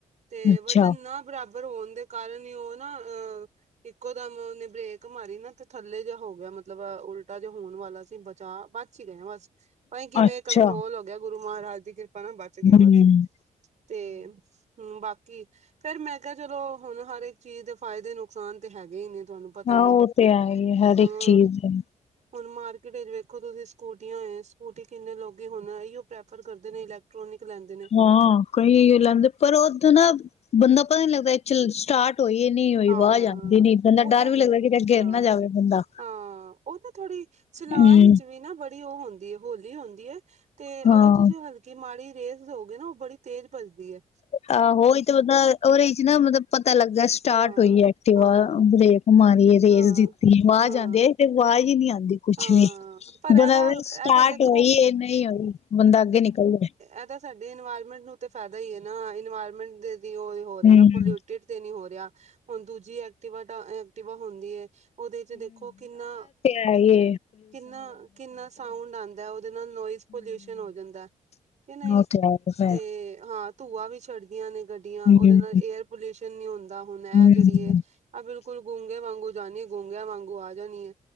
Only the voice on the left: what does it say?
ਅੱਛਾ।
ਅੱਛਾ
ਹੂੰ
ਹਾਂ
ਉਹ ਤੇ ਹੈ ਹੀ ਐ, ਹਰ
ਇੱਕ ਚੀਜ਼ ਹੈ।
ਹਾਂ ਕਈ ਲੈਂਦੇ ਪਰ ਉੱਦਾਂ ਨਾ ਬੰਦਾ ਪਤਾ ਨੀ ਲੱਗਦਾ ਐਚੁ ਲ ਸਟਾਰਟ ਹੋਈ ਨੀ ਹੋਈ
ਆਵਾਜ਼ ਆਂਦੀ ਨੀ ਬੰਦਾ
ਡਰ
ਵੀ ਲੱਗਦਾ ਕਿਥੇ ਗਿਰ
ਨਾ ਜਾਵੇ ਬੰਦਾ।
ਹੂੰ
ਹਾਂ
ਆਹੋਹੀ ਤੇ ਬਤਲਦਾ ਉਹਰੇਹੀ ਚ ਨਾ ਮਤਲਬ ਪਤਾ ਲੱਗਦਾ ਸਟਾਟ
ਹੋਈਏ ਐਕਟਿਵਾ
ਬਰੇਕ ਮਾਰੀਏ ਰੇਸ
ਦਿੱਤੀ ਬਾਰ
ਜਾਂਦੇ ਆਵਾਜ਼ ਹੀ ਨਹੀਂ ਆਂਦੀ। ਕੁਛ
ਨੀ,
ਬੰਦਾ
ਸਟਾਟ
ਹੋਈ ਨਹੀਂ ਹੋਈ ਬੰਦਾ ਅੱਗੇ ਨਿਕਲਦਾ
ਹਮ
ਹੈਏ
ਉਹ ਤੇ ਹੈ ਫੇਰ
ਹਮ
ਹਮ